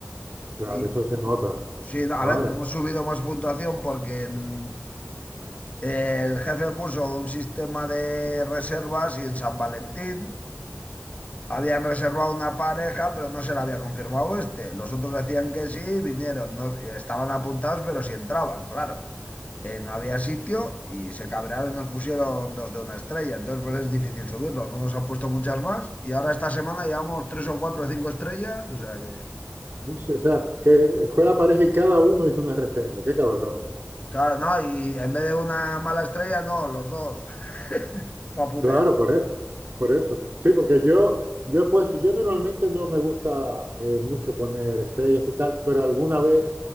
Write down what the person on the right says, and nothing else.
Claro,
eso se nota.
Madre.
O sea, que fue la pareja y cada uno hizo una reseña. Qué cabrón
Claro, por eso, por eso. Sí, porque yo, yo he puesto, yo normalmente no me gusta eh, mucho poner estrellas y tal, pero alguna vez,